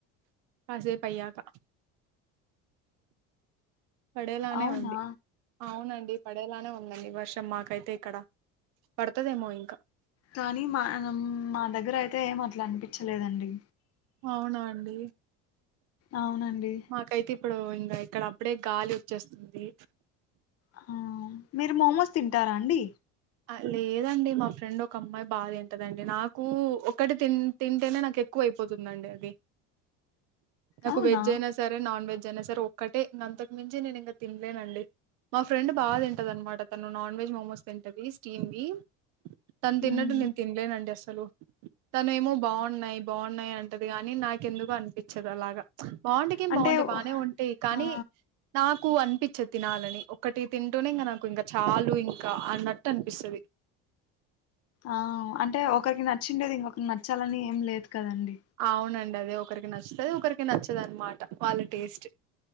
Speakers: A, on the right (about 70°); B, on the left (about 50°).
A: కాసేపయ్యాక పడేలానే
B: అవునా
A: ఉంంది అవునం ది పడేలానే ఉందండి వర్షం మాకైతే ఇక్కడ పడుతదేమో ఇంక
B: కానీ మా మా దగ్గరయితే ఏం అట్లా అనిపిచ్చలేదండి
A: అవునా అండి
B: అవునండి
A: మాకైతే ఇప్పుడు ఇంక ఇక్కడ అప్పుడే గాలి వచ్చేస్తుంది
B: ఆ మీరు మోమోస్ తింటారా అండి
A: అ లేదండి మా ఫ్రెండ్ ఒక అమ్మాయి బా తింటదండి నాకు ఒకటి తింటేనే నాకెక్కువ అయిపోతుందండి అది నాకు
B: అవునా
A: వెజ్ అయినా సరే నాన్ వెజ్ జనాసరే ఒక్కటే ఇ అంతకు మించి నేను ఇంక తినలేనండి మా ఫ్రెండ్ బా తింటదనమాట తను నాన్ వెజ్ మోమోస్ తింటది స్టీమ్ వి తను తిన్నట్టు
B: ఉమ్
A: నేను తినలేనండి అస్ సలు తను ఏమో బాగున్నాయి బాగున్నాయి అంటది గాని నాకెందుకొ అనిపించదు అలాగ బాగుండెకేం
B: అంటే
A: బాగుంటయి బానె ఉంటయి కానీ
B: ఆ
A: నాకు అం పిచ్చద్ తినాలని ఒకటి తింటూనె ఇంక నాకు ఇంక చాలు ఇంక అన్నట్టు అనిపిస్తది
B: ఆ అంటే ఒకరికి నచ్చిండేది ఇంకొ నచ్చాలని ఏం లేదు కదండి
A: అవునండి అదే ఒకరికి నచ్చుతది ఒకరికి నచ్చదు అన్నమాట వాళ్ళ టేస్ట్